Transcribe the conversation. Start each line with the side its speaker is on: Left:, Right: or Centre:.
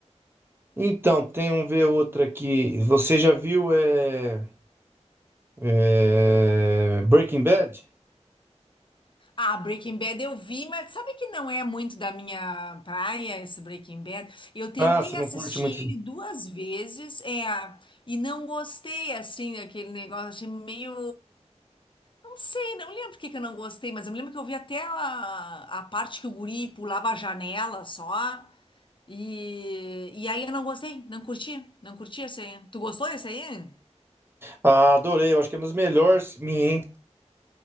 Right: Então, tem um ver outra aqui. Você já viu é, é, Breaking Bad?
Left: Ah, Breaking Bad eu vi, mas sabe que não é muito da minha praia esse Breaking Bad? Eu tentei
Right: Ah, você
Left: assistir
Right: não curte muito.
Left: ele duas vezes, é, e não gostei assim daquele negócio, achei meio. Não sei, não lembro por que que eu não gostei, mas eu me lembro que eu vi até a, a parte que o guri pulava a janela só. E, e aí eu não gostei, não curti, não curti esse aí. Tu gostou desse aí?
Right: Ah, adorei, eu acho que é uma das melhores minha, hein?